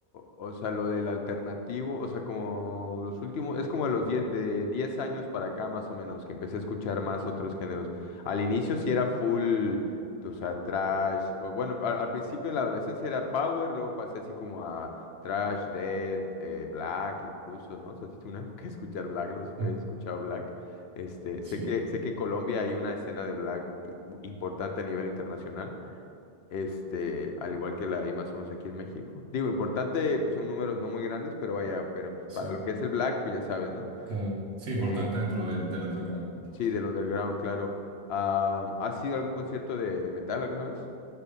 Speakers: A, on the left (about 80°); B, on the right (about 85°).
A: o sea, lo del alternativo, o sea, como los últimos, es como de los diez de diez años para acá más o menos, que empecé a escuchar más otros géneros. Al inicio sí era full, o sea, trash, o bueno, al, al principio en la adolescencia era power, luego pasé así como a trash, dead, eh, black incluso, ¿no? O sea, sí tuve una época de escuchar black, no sé si tú
B: <laughs>
A: has escuchado black. Este, sé
B: Sí,
A: que, sé que en Colombia hay una escena de black i- importante a nivel internacional. Este, al igual que la I más unos aquí en México. Digo, importante, pues son números no muy grandes, pero vaya, pero pues,
B: sí,
A: para lo que es el Black, pues ya sabes, ¿no?
B: claro. Sí, importante
A: Eh,
B: dentro del, del underground.
A: sí,
B: Sí.
A: del underground, claro. Ah, ¿has ido a algún concierto de, de metal alguna vez?